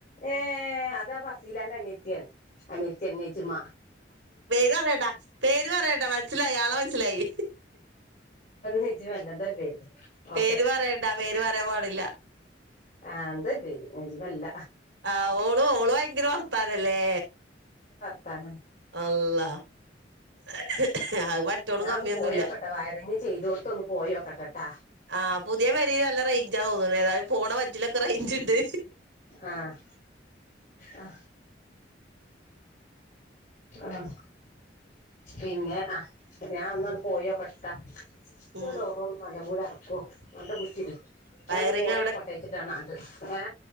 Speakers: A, on the left (about 40°); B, on the right (about 80°).
A: ഏഹ് അതാ ഫസീലാന്റെ അനിയത്തിയ അനിയത്തി നജുമ
B: പേര് പറയണ്ടാ പേര് പറയണ്ട മനസ്സിലായി ആളെ മനസ്സിലായി
A: നെജിമല്ല എന്തോ ഒരു പേര്
B: പേര്
A: ഓക്കെ
B: പറയണ്ടാ പേര് പറയാൻ പാടില്ല
A: ആഹ് എന്തോ ഒരു പേര് നഞ്ചിമല്ല
B: ആഹ് ഓളും ഓളും ഭയങ്കര വർത്താനല്ലേ
A: കാരണം
B: അള്ള അത് മറ്റോളും
A: ഞാൻ
B: കമ്മിയൊന്നുല്ല
A: ഒന്ന് പോയോക്കട്ടെ വയറിങ് ചെയ്തോട്ത്ത് ഒന്ന് പോയോക്കട്ടെട്ടാ
B: ആ പുതിയ പെരീല് നല്ല റേഞ്ച് തോന്ന് തേതായാലും പോണ വജ്ജിലൊക്കെ റയിഞ്ച്ണ്ട്
A: ആഹ് ആ ആഹ് പിന്നെ ആ ഞാൻ ഒന്നോണ്ട് പോയോക്കട്ടെ ത്ത
B: ഉം
A: ഈ ടോറൊന്ന് നല്ലമ്പോലെ അട കോ നല്ലം കുറ്റിടി ഞാ
B: വയറിങ്
A: ഒന്ന് പോയോക്കട്ടേച്ചിട്ടാണ് ആണ്ട് ഏ